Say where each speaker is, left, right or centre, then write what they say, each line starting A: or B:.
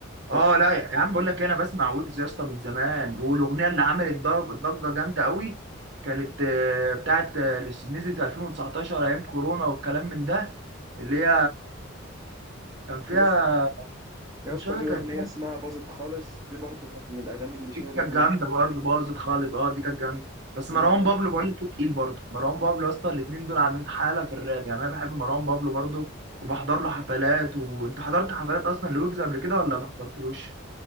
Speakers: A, on the right; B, on the right.
A: اه
B: بس
A: لا يا يا عم بقول لك إيه، انا بسمع ويجز يا اسطى من زمان والاغنيه اللي عملت ضرب ضجه جامده قوي كانت آه، بتاعت آه، اللي نزلت في 2019 ايام كورونا والكلام من ده اللي هي كان فيها
B: يا اسطى يا
A: مش
B: اسطى
A: فاكر
B: في أغنية
A: كانت
B: اسمها باظت خالص دي برضو كانت من الأغاني اللي شهرت
A: دي كانت
B: ويجز
A: جامده برضه باظت خالص اه دي كانت جامده بس مروان
B: و
A: بابلو بقول لك إيه تقيل برضه مروان بابلو اصلا الاثنين دول عاملين حاله في الراب يعني انا بحب مروان بابلو برضه وبحضر له حفلات وانت حضرت حفلات اصلا لويجز قبل كده ولا ما حضرتلوش؟